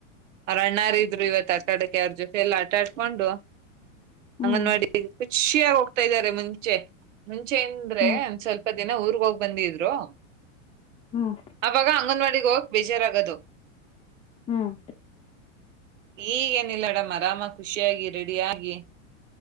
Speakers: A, on the right (about 75°); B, on the left (about 15°).
A: ಅವ್ರ ಅಣ್ಣಾರು ಇದ್ರು ಇವತ್ ಆಟಾಡಕ್ಕೆ ಅವರು ಜೊತೆ ಎಲ್ಲಾ ಆಟ ಆಟ್ಕೊಂಡು
B: ಹ್ಮ್
A: ಅಂಗನವಾಡಿಗೆ ಖುಷಿಯಾಗಿ ಹೋಗ್ತಾ ಇದ್ದಾರೆ ಮುಂಚೆ ಮುಂಚೆ ಅಂದ್ರೆ
B: ಹ್ಮ್
A: ಒಂದ್ ಸ್ವಲ್ಪ ದಿನ ಊರಿಗೆ ಹೋಗ್ ಬಂದಿದ್ರು.
B: ಹ್ಮ್
A: ಆವಾಗ ಅಂಗನವಾಡಿಗೆ ಹೋಗೋಕೆ ಬೇಜಾರಾಗದು.
B: ಹ್ಮ್
A: <inaudible> ಈಗ ಏನಿಲ್ಲ ಮೇಡಮ್ ಆರಾಮ ಖುಷಿಯಾಗಿ ರೆಡಿ ಆಗಿ